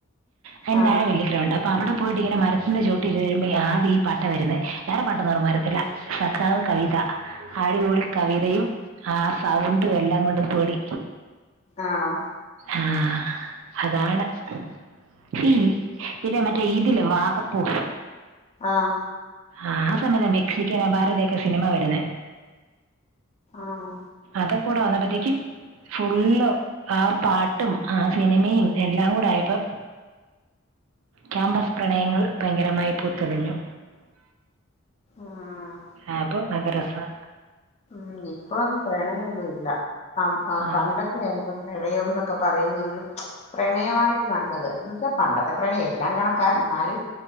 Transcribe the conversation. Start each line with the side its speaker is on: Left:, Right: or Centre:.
Right: അയിന്
Left: ആഹ്
Right: താഴെ വല്യ ഗ്രൗണ്ടാ അപ്പോ അവിടെ പോയിട്ട് ഇങ്ങനെ മരത്തിൻ്റെ ചോട്ടിൽ ഇരുന്നുകഴിയുമ്പോഴ് ആദ്യം ഈ പാട്ടാ വരുന്നേ, വേറെ പാട്ടൊന്നും അങ്ങട് വരത്തില്ല സഖാവ് കവിത. അടിപൊളി കവിതയും ആ സൗണ്ടും എല്ലാം കൊണ്ടു പൊളി
Left: ആണോ
Right: ആഹ് അതാണ് <unintelligible> പിന്നെ മറ്റേ ഇതില്ലേ വാകപ്പൂ
Left: ആഹ്
Right: ആഹ് ആ സമയത്താ മെക്സിക്കൻ അപാരതയൊക്കെ സിനിമ വരുന്നെ
Left: ആണോ
Right: അതൊക്ക്കൂടെ വന്നപ്പോത്തേക്കും ഫുള്ള് ആ പാട്ടും ആ സിനിമയും എല്ലാം കൂടെ ആയപ്പോ ക്യാമ്പസ് പ്രണയങ്ങൾ ഭയങ്കരമായി പൂത്തുലഞ്ഞു
Left: ആഹ്
Right: ആയപ്പൊ ഭയങ്കര രസാ
Left: ഉം ഇപ്പൊന്നും പ്രണയൊന്നുല്ല, പ
Right: അതെ
Left: പണ്ടൊക്കെയായിരുന്നു പ്രണയം എന്നൊക്കെ പറയുന്നത് ഒരു പ്രണയമായിട്ട് കണ്ടത്, എന്ന് വച്ചാൽ പണ്ടത്തെ പ്രണയം എല്ലാം കണക്കാ എന്നാലും